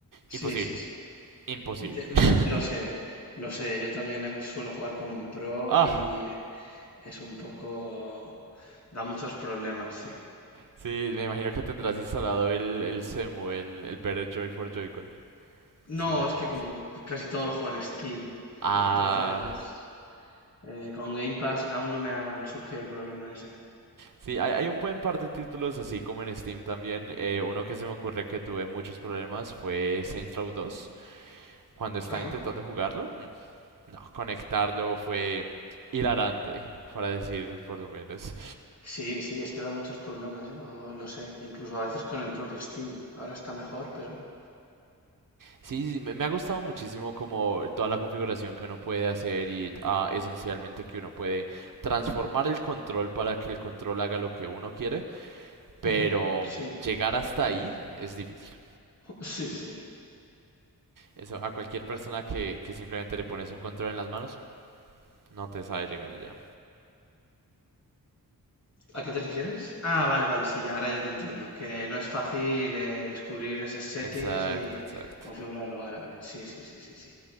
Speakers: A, on the right; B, on the left.
A: imposible,
B: sí, sí, sí.
A: imposible.
B: De-
A: <laughs>
B: lo sé, lo sé. Yo también eh, suelo jugar con un pro
A: Ah,
B: y eh, es un poco... da muchos problemas, sí.
A: sí, me imagino que tendrás instalado el, el CEMU, el, el Better Joy for Joy-Con, se
B: No,
A: llama
B: es que
A: eso.
B: como c- casi todo lo juego en Steam,
A: Ah,
B: entonces eh, con Game Pass aún no me ha surgido el problema ese.
A: sí, hay, hay un buen par de títulos así como en Steam también. Eh, uno que se me ocurre que tuve muchos problemas fue Saints Row dos, Cuando estaba
B: Ajá.
A: intentando jugarlo, mm, No, conectarlo fue hilarante, para decir por lo menos.
B: Sí, sí, es que da muchos problemas, yo lo sé, incluso a veces con el propio Steam. Ahora está mejor, pero...
A: Sí, sí, sí, me, me ha gustado muchísimo como toda la configuración que uno puede hacer y ah, esencialmente que uno puede transformar el control para que el control haga lo que uno quiere, pero
B: Ujú, Sí,
A: llegar hasta ahí es difícil.
B: <laughs> sí, sí, sí.
A: Eso a cualquier persona que, que simplemente le pones un control en las manos, no te sabe llegar allá.
B: ¿A qué te refieres? Ah, vale, vale, sí, ya, ahora ya te entiendo, que no es fácil eh, descubrir esos settings
A: Exacto,
B: y
A: exacto.
B: configurarlo, vale, vale, sí, sí, sí, sí, sí.